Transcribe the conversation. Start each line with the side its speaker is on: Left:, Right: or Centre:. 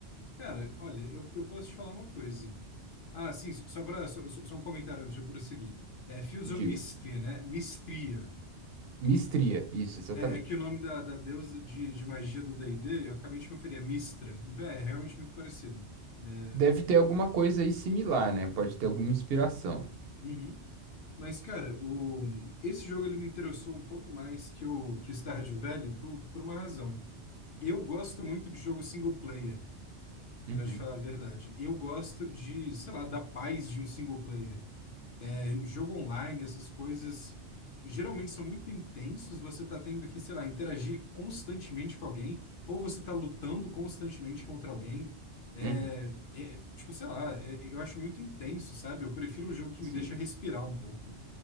Left: Cara, olha, eu, eu posso te falar uma coisa. Ah, sim, só, pra, só, só só um comentário antes de eu prosseguir. É Fields of
Right: Diga.
Left: Mistria, né? Mistria.
Right: Mistria, isso, exatamente.
Left: É, é que o nome da, da deusa de, de magia do D&D, eu acabei de conferir, é Mistra. Então é é realmente muito parecido. É.
Right: Deve ter alguma coisa aí similar, né? Pode ter alguma inspiração.
Left: Uhum. Mas, cara, o... esse jogo ele me interessou um pouco mais que o, que o Stardew Valley por, por uma razão. Eu gosto muito de jogo single player,
Right: Uhum,
Left: pra te falar a verdade. Eu gosto de, sei lá, da paz de um single player. É, jogo online, essas coisas geralmente são muito intensos. Você tá tendo que, sei lá, interagir constantemente com alguém, ou você tá lutando constantemente contra alguém. É,
Right: uhum,
Left: é, tipo, sei lá, é- eu acho muito intenso, sabe? Eu prefiro um jogo que
Right: sim.
Left: me deixa respirar um pouco.